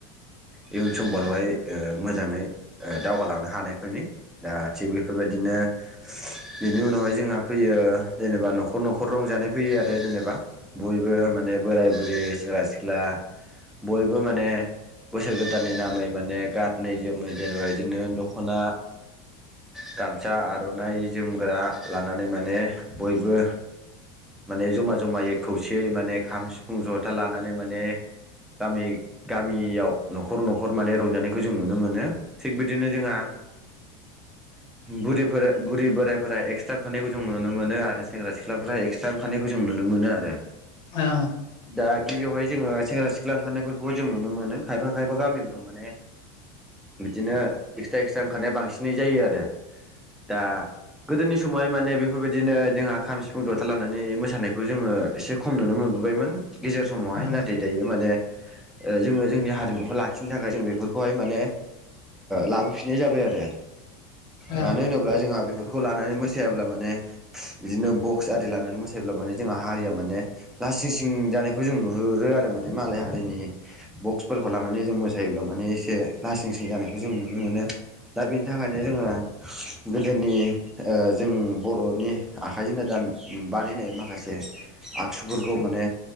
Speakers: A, in the centre; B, on the left.
A: इयुन समफोरारावहाय मोजाङै दावगालांनो हानायफोरनि दा थिग बेफोरबायदिनो दा बेनि उनावहाय जोंहा फैयो जेनेबा न'खर न'खर रंजानाय फैयो आरो जेनेबा बयबो माने बोराय बुरै सेंग्रा सिख्ला बयबो माने बोसोर गोदाननि नामै माने गानै जोमै जेनेबा बिदिनो दख'ना गामसा आर'नाइ जोमग्रा लानानै माने बयबो माने जमा जमायै खौसेयै माने खाम सिफुं ज'था लानानै माने गामि गामियाव न'खर न'खर माने रंजानायखौ जों नुनो मोनो। थिग बिदिनो जोंहा बुरिफोर बुरि बोराइफोरा एक्सट्रा ओंखारनायखौ जों नुनोमोनो आरो सेंग्रा सिख्लाफोरा एक्स्रा ओंखानायखौ जों नुनो मोनो आरो
B: ओ
A: दा गिबियावहाय जोङो सेंग्रा सिख्ला ओंखारनायफोरखौबो जों नुनो मोनो खायफा खायफा गामिफोराव माने बिदिनो एक्सट्रा एक्सट्रा ओंखारनाया बांसिनै जायो आरो दा गोदोनि समावहाय माने बेफोरबायदिनो जोंहा खाम सिफुं जथा लानानै मोसानायखौ जोङो एसे खम नुनो मोनबोबायमोन गेजेर समावहाय
B: ओं
A: नाथाय दायो माने जोङो जोंनि हारिमुखौ लाखिनो थाखाय जों बेफोरखौहाय माने लाबोफिननाय जाबाय आरो
B: ओं
A: मानो होनोब्ला जोंहा बेफोरखौ लानानै मोसायाब्ला माने बिदिनो बक्स खुसारि लानानै मोसायोब्ला माने जोंहा हारिया माने लासिं सिं जानायखौ जों नुहुरो आरो माने मालाय हारि जोंनि बक्सफोरखौ लानानै जों मोसायोब्ला माने एसे लासिं सिं जानायखौ जों नुनो मोनो दा बेनि थाखायनो जोङो गोदोनि जों बर'नि आखाइजोंनो दानना बानायनाय माखासे आगजुफोरखौ माने